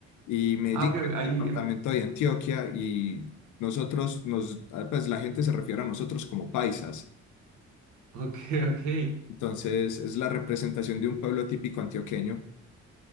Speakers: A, on the left (about 75°); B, on the right (about 80°).
A: Y Medellín
B: Ah, ok,
A: que es
B: ahí,
A: el departamento
B: em,
A: de Antioquia y nosotros, nos, ah, pues la gente se refiere a nosotros como paisas.
B: ok, <laughs> ok.
A: Entonces es la representación de un pueblo típico antioqueño.